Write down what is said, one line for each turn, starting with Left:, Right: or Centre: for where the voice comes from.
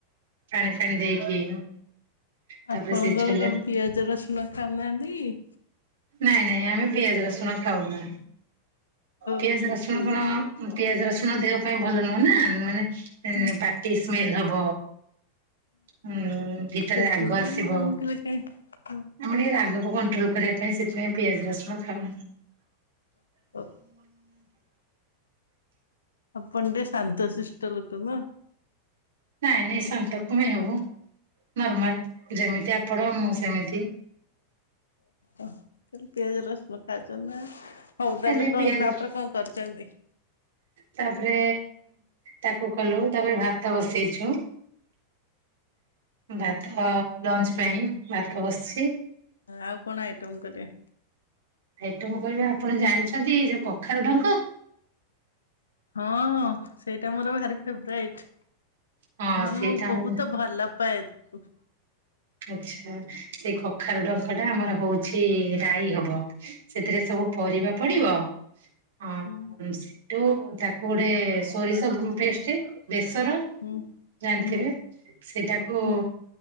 Right: ପାଣି ଫାଣି ଦେଇକି। ତାପରେ
Left: ଆପଣଙ୍କର
Right: ସେ ଛୋଲେ
Left: କଣ ପିଆଜ ରସୁଣ ଖାଉ ନାହାନ୍ତି କି?
Right: ନାଇଁ ନାଇଁ ଆମେ ପିଆଜ ରସୁଣ ଖାଉନୁ
Left: ଓ
Right: ପିଆଜ ରସୁଣ
Left: ସେଇଥି
Right: କଣ ପିଆଜ ରସୁ ଆମ ଦେହ ପାଇଁ ଭଲ ନୁହଁ ନା ମାନେ
Left: ହଁ
Right: ପାଟି ସ୍ମେଲ ହବ। ହୁଁ ଭିତରେ
Left: ସେଥିପାଇଁ
Right: ରାଗ ଆସିବ।
Left: ଆଉ ମୁଁ କହିଲି କାଇଁ ଓ ଓ
Right: ଆମେ ଟିକେ ରାଗକୁ କଣ୍ଟ୍ରୋଲ କରିବା ପାଇଁ ସେ ପିଆଜ ରସୁଣ ଖାଉ
Left: ଓ ଆପଣ ଟିକେ ଶାନ୍ତଶିଷ୍ଟ ଲୋକ ନା।
Right: ନାଇଁ ନାଇଁ ଶାନ୍ତ କଣ ପାଇଁ ହବୁ। ନର୍ମାଲ ଯେମିତି ଆପଣ ମୁଁ ସେମିତି
Left: ଓ କଇଲି ପିଆଜ ରସୁଣ ଖାଉଚ ନା। ହଉ ତାହେଲେ
Right: ମାନେ
Left: କଣ
Right: ପିଆଜ
Left: ତାପରେ କଣ କରୁଛନ୍ତି?
Right: ତାପରେ ତାକୁ କଲୁ ତାପରେ ଭାତ ବସେଇଛୁ। ଭାତ ଲଞ୍ଚ ପାଇଁ ଭାତ ବସି
Left: ଆଉ କଣ ଆଇଟମ କରିବେ?
Right: ହେଇଟା ମୁଁ କହିବି ଆପଣ ଜାଣିଛନ୍ତି ଯୋଉ କଖାରୁ ଡଙ୍କ
Left: ହଁ ସେଇଟା ମୋର ଭାରି ଫେବରାଇଟ।
Right: ହଁ
Left: ମାନେ
Right: ସେଇଟା
Left: ମୁଁ
Right: ଆମ
Left: ବହୁତ ଭଲ ପାଏ ତାକୁ
Right: ଆଛା ସେଇ କଖାରୁ ଡଙ୍କଟା ଆମର ହଉଛି ରାଇ ହବ ସେ ସେଥିରେ ସବୁ
Left: ହୁଁ
Right: ପରିବା ପଡିବ ଆ
Left: ହୁଁ
Right: ସେଟୁ ତାକୁ ଗୋଟେ ସୋରିଷ ପେଷ୍ଟ ବେଶ ର
Left: ହୁଁ।
Right: ଜାଣିଥିବେ
Left: ହୁଁ
Right: ସେଟାକୁ
Left: ହୁଁ